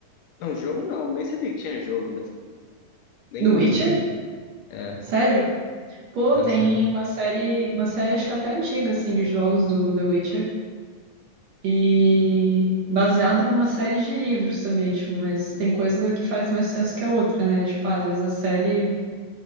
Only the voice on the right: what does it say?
Do Witcher?
Sério? Pô,
tem
uma série, uma série acho que até antiga, assim, de jogos do The Witcher. E baseado numa série de livros também, tipo, mas tem coisa que faz mais sucesso que a outra, né? Tipo, ah, às vezes a série,